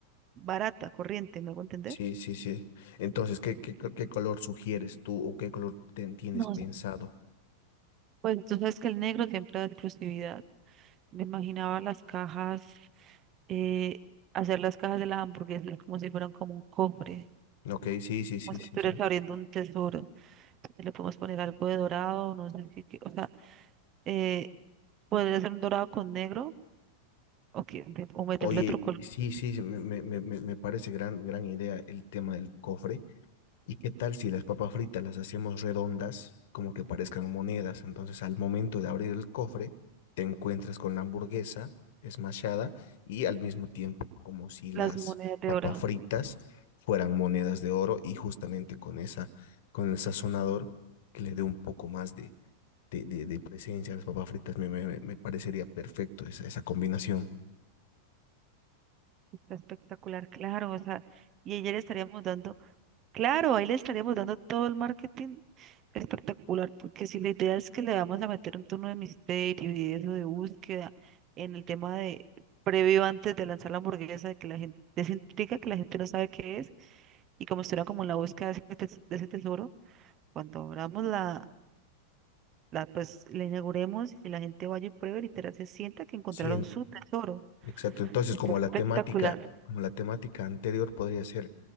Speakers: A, on the right (about 30°); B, on the left (about 55°).
A: barata, corriente, ¿me hago entender?
B: Sí, sí, sí. Entonces, ¿qué, qué, co- qué color sugieres tú o qué color ten- tienes
A: No
B: pensado?
A: sé. Pues tú sabes que el negro siempre da exclusividad. Me imaginaba las cajas, eh, hacer las cajas de las hamburguesas como si fueran como un cofre,
B: Ok, sí, sí, sí,
A: como si
B: sí,
A: estuvieras
B: sí.
A: abriendo un tesoro. Entonces le podemos poner algo de dorado, no sé qué, qué- o sea, eh, podría ser un dorado con negro o, que- o meterle
B: Oye,
A: otro color.
B: y- sí, sí, sí, me, me- me- me- me parece gran, gran idea el tema del cofre. ¿Y qué tal si las papas fritas las hacemos redondas, como que parezcan monedas? Entonces, al momento de abrir el cofre, te encuentras con la hamburguesa smashada y al mismo tiempo como si las
A: Las monedas de
B: papas
A: oro,
B: fritas fueran monedas de oro y justamente con esa, con el sazonador que le dé un poco más de, de, de- de presencia a las papas fritas, me, me- me- parecería perfecto esa, esa combinación.
A: está espectacular, claro, o sea, y ella le estaríamos dando, claro, ahí le estaríamos dando todo el marketing espectacular, porque si la idea es que le vamos a meter un tono de misterio y de eso de búsqueda en el tema de previo antes de lanzar la hamburguesa, de que la gente, de esa intriga que la gente no sabe qué es, y como estuvieran como en la búsqueda de ese, tes- de ese tesoro, cuando abramos la, la, pues la inauguremos y la gente vaya y pruebe, literal, se sienta que encontraron
B: Sí, en-
A: su tesoro,
B: Exacto. Entonces,
A: está
B: como la
A: espectacular.
B: temática, como la temática anterior podría ser